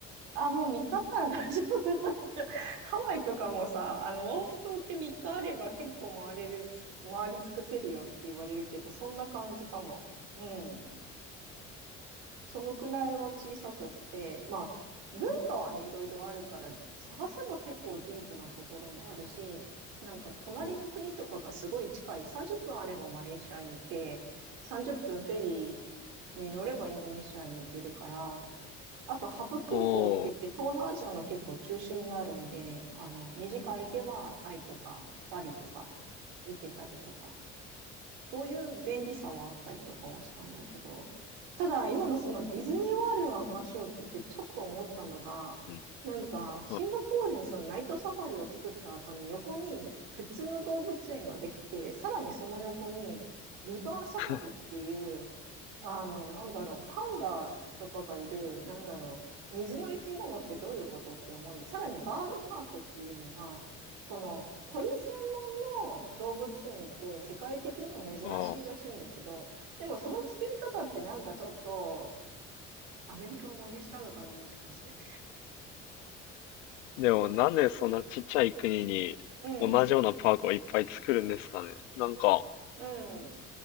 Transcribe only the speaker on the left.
うん。あ
あ、
うん。
はい。
<laughs>
ああ。
でもなんでそんなちっちゃい国に同じようなパークをいっぱい作るんですかね。
なんか